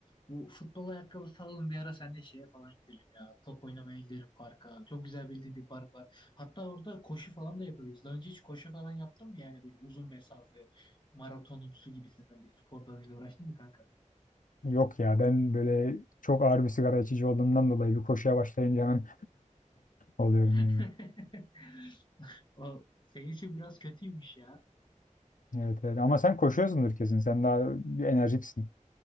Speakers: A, on the left; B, on the left.
A: bu futbol ayakkabısı alalım bir ara sen de şeye falan gidelim ya. Top oynamaya gidelim parka. Çok güzel bildiğim bir park var. Hatta orada koşu falan da yapabiliriz. Daha önce hiç koşu falan yaptın mı yani böyle uzun mesafe maratonumsu gibisinden bir spor dalıyla uğraştın mı kanka?
B: Yok ya ben böyle çok ağır bir sigara içici olduğumdan dolayı bir koşuya başlayınca hemen Oluyorum
A: <laughs>
B: yani.
A: O senin için biraz kötüymüş ya.
B: Evet, evet. Ama sen koşuyorsundur kesin. Sen daha enerjiksin.